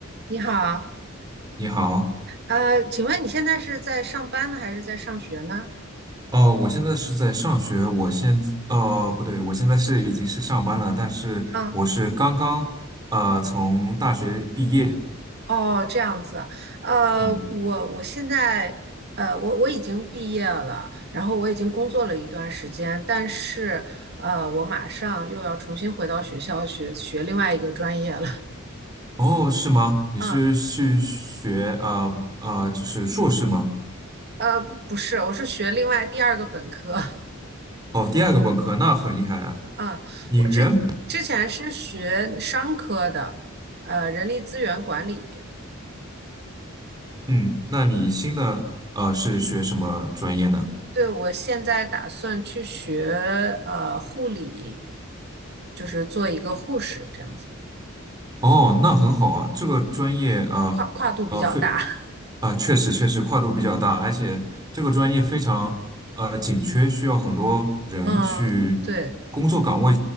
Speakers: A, on the right; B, on the right.
A: 你好，
B: 你好，
A: 呃，请问你现在是在上班呢，还是在上学呢？
B: 哦，我现在是在上学，我现在，哦，不对，我现在是已经是上班了，但是我是刚刚，
A: 啊，
B: 呃，从大学毕业。
A: 哦，这样子，呃，
B: 嗯，
A: 我我现在，呃，我我已经毕业了，然后我已经工作了一段时间，但是，呃，我马上又要重新回到学校去学另外一个专业了。
B: 哦，是吗？
A: <laughs>
B: 你是去学，
A: 嗯，
B: 呃呃，就是硕士吗？
A: 呃，不是，我是学另外第二个本科。<laughs>
B: 哦，第二个本科，那很厉害啊。
A: 嗯，
B: 你原，
A: 我之之前是学商科的，呃，人力资源管理。
B: 嗯，那你新的，呃，是学什么专业呢？
A: 对，我现在打算去学呃护理，就是做一个护士这样子，
B: 哦，那很好啊，这个专业，呃呃，
A: 跨跨度比较大。
B: 非。
A: <laughs>
B: 啊，确实确实跨度比较大，
A: 嗯，
B: 而且这个专业非常呃紧缺，需要很多人去工作岗位，
A: 嗯，对。